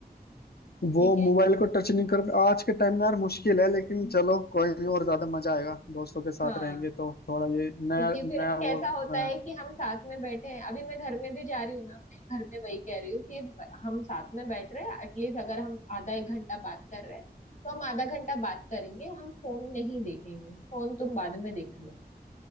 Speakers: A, on the left; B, on the left.
A: वो
B: ठीक है
A: मोबाइल को टच नहीं कर आज के टाइम में यार मुश्किल है लेकिन चलो कोई नहीं और ज्यादा मजा आएगा दोस्तों के साथ
B: हाँ
A: रहेंगे तो थोड़ा ये नया
B: क्योंकि
A: नया
B: फिर कैसा
A: वो
B: होता
A: अ,
B: है कि हम साथ में बैठे हैं अभी मैं घर में भी जा रही हूँ ना मैं घर में वही कह रही हूँ कि हम साथ में बैठ रहे हैं एटलीस्ट अगर हम आधा एक घंटा बात कर रहे हैं तो हम आधा घंटा बात करेंगे हम फोन नहीं देखेंगे फोन तुम बाद में देख लो